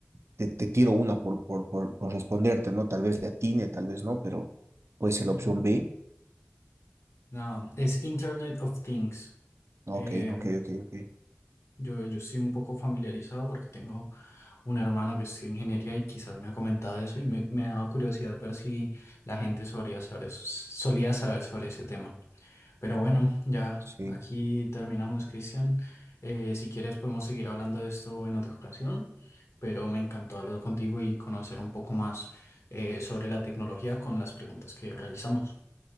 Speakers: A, on the right; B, on the left.
A: Te, te tiro una por, por, por, por responderte, ¿no? Tal vez le atine, tal vez no, pero puede ser
B: Dale.
A: la opción B.
B: No, es Internet of Things. Eh,
A: Ok, ok, ok, ok.
B: yo, yo estoy un poco familiarizado porque tengo un hermano que estudia ingeniería y quizás me ha comentado eso y me, me daba curiosidad ver si la gente solía saber, solía saber sobre ese tema. Pero bueno, ya
A: Sí.
B: aquí terminamos, Cristian. Eh, si quieres podemos seguir hablando de esto en otra ocasión, pero me encantó hablar contigo y conocer un poco más eh, sobre la tecnología con las preguntas que realizamos.